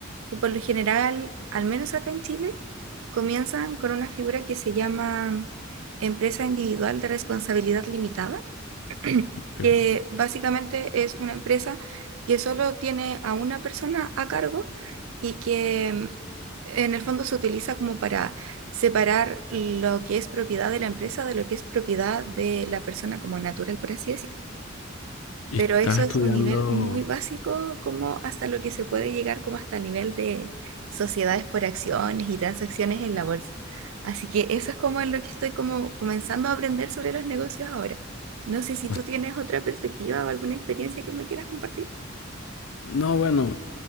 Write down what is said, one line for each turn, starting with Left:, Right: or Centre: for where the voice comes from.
Right: Y por lo general, al menos acá en Chile, comienzan con una figura que se llama empresa individual de responsabilidad limitada <clears throat>
Left: Ok.
Right: que básicamente es una empresa que solo tiene a una persona a cargo y que mm, en el fondo se utiliza como para separar lo que es propiedad de la empresa de lo que es propiedad de la persona como natural, por así decirlo.
Left: ¿Y
Right: Pero
Left: estás
Right: eso es
Left: estudiando?
Right: un nivel muy básico, como hasta lo que se puede llegar, como hasta el nivel de sociedades por acciones y transacciones en la bolsa. Así que eso es como lo que estoy como comenzando a aprender sobre los negocios ahora. No sé si
Left: bast-
Right: tú tienes otra perspectiva o alguna experiencia que me quieras compartir.
Left: No, bueno,